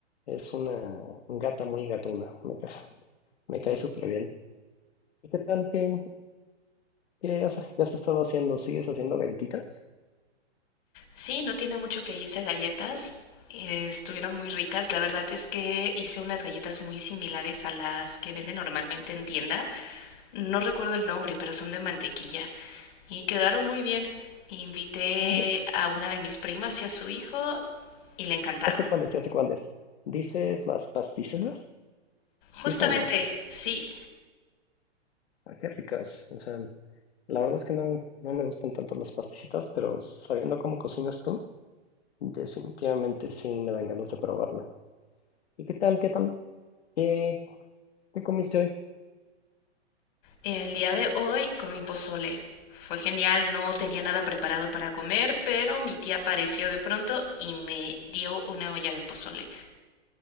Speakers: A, on the left; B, on the left.
A: es una gata muy gatuna. Me, ca- me cae súper bien. ¿Y qué tal? ¿Qué, qué has, qué has estado haciendo? ¿Sigues haciendo galletitas?
B: Sí, no tiene mucho que hice galletas. eh, estuvieron muy ricas. La verdad es que hice unas galletas muy similares a las que venden normalmente en tienda. No recuerdo el nombre, pero son de mantequilla. Y quedaron muy bien. Invité
A: Ah, ya,
B: a una de mis primas y a su hijo y le encantaron.
A: ya sé cuáles, ya sé cuáles. ¿Dices las pasticelas?
B: Justamente,
A: Sí son, ¿no?
B: sí.
A: Ah, qué ricas. O sea, la verdad es que no, no me gustan tanto las pasticelas, pero sabiendo cómo cocinas tú, definitivamente sí me dan ganas de probarla. ¿Y qué tal? ¿Qué tal? ¿Qué, qué comiste hoy?
B: El día de hoy comí pozole. Fue genial, no tenía nada preparado para comer, pero mi tía apareció de pronto y me dio una olla de pozole.